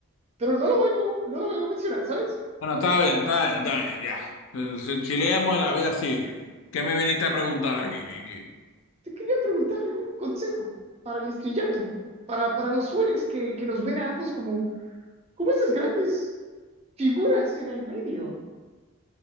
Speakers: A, on the right; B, on the left.
A: pero no lo vengo, no lo vengo a mencionar, ¿sabes?
B: Bueno, está bien, está bien, está bien, ya. Eh, si Chileamos y la vida sigue. ¿Qué me viniste a preguntar aquí, Miki?
A: Te quería preguntar algún consejo para el estrellato, para, para los jóvenes que, que nos ven a ambos como, como esas grandes figuras en el medio.